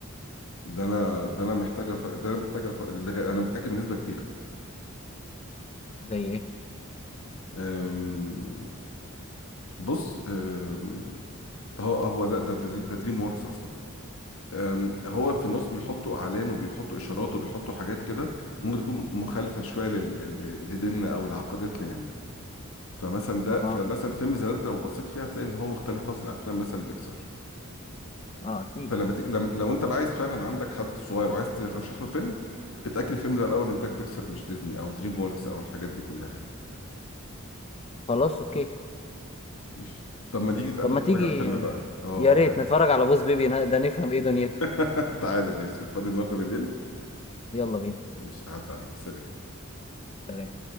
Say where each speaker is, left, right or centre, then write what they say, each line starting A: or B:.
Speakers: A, on the left; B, on the left.
A: ده انا ده انا محتاجه ف... ده انا محتاجه ف... لغا- انا متاكد بنسبه كبيره
B: زي ايه
A: أم... بص أم... هو هو ده ده دري- ده دريم ووركس اصلا أم... هو في النص بيحطوا اعلام وبيحطوا اشارات وبيحطوا حاجات كده ممكن تكون مخالفه شويه لل... ل- لديننا او لعقيدتنا يعني فمثلا ده فمثلا
B: اه
A: فيلم زي ده انت لو بصيت فيه هتلاقي ان هو مختلف خالص عن افلام مثلا بيكسار
B: اه اكيد
A: فلما ت... لم... لو انت بقى عايز فعلا عندك حد صغير وعايز ترشح له فيلم اتاكد الفيلم ده الاول انتاج بيكسار مش ديزني او دريم ووركس او الحاجات دي كلها يعني
B: خلاص اوكي
A: ماشي طب ما تيجي نتقابل
B: طب ما
A: ونتفرج
B: تيجي
A: على فيلم بقى اه
B: يا ريت
A: تعالى
B: نتفرج على بوس بيبي ده نفهم ايه دنيته
A: <laughs> تعالى ماشي فاضي النهارده بالليل
B: يلا بينا
A: ماشي عدى عليك سلام
B: سلام.